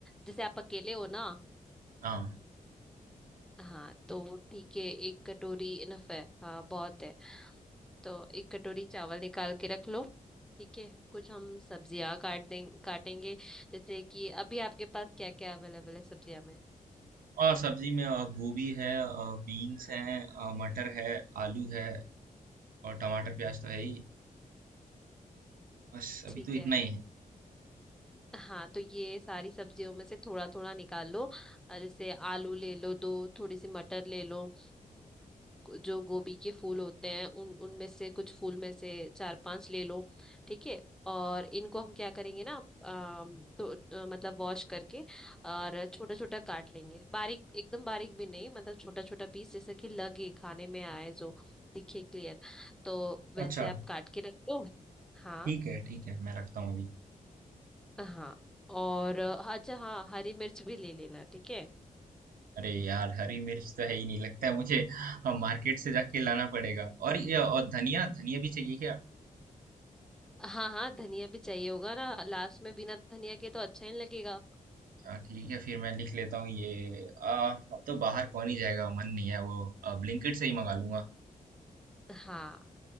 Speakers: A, in the centre; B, on the right.
A: जैसे आप अकेले हो ना
B: हाँ
A: हाँ तो ठीक है एक कटोरी इनफ है हाँ बहुत है तो एक कटोरी चावल निकाल के रख लो ठीक है कुछ हम सब्जियां काट दें काटेंगे जैसे कि अभी आपके पास क्या क्या अवेलेबल है सब्जियां में
B: और सब्जी में अ, गोभी है बीन्स हैं अ, मटर है आलू है और टमाटर प्याज तो है ही बस अभी
A: ठीक
B: तो इतना
A: है
B: ही है
A: हाँ तो ये सारी सब्जियों में से थोड़ा थोड़ा निकाल लो अ, जैसे आलू ले लो दो थोड़ी सी मटर ले लो अ, जो गोभी के फूल होते हैं उन उनमें से कुछ फूल में से चार पांच ले लो ठीक है और इनको हम क्या करेंगे ना अम, तो, अ, मतलब वॉश करके और छोटा छोटा काट लेंगे बारीक एकदम बारीक भी नहीं मतलब छोटा छोटा पीस जैसा कि लगे खाने में आए जो दिखे क्लियर तो वैसे
B: अच्छा
A: आप काट के रख लो हाँ
B: ठीक है ठीक है मैं रखता हूँ अभी
A: हाँ और अ, अच्छा हाँ हरी मिर्च भी ले लेना ठीक है
B: अरे यार हरी मिर्च तो है ही नहीं लगता है मुझे अ, मार्केट से जाके लाना पड़ेगा और ये और धनिया धनिया भी चाहिए क्या
A: हाँ हाँ धनिया भी चाहिए होगा ना लास्ट में बिना धनिया के तो अच्छा ही नहीं लगेगा
B: अच्छा ठीक है फिर मैं लिख लेता हूँ ये आ, अब तो बाहर कौन ही जाएगा मन नहीं है वो ब्लिंकिट से ही मंगा लूंगा
A: हाँ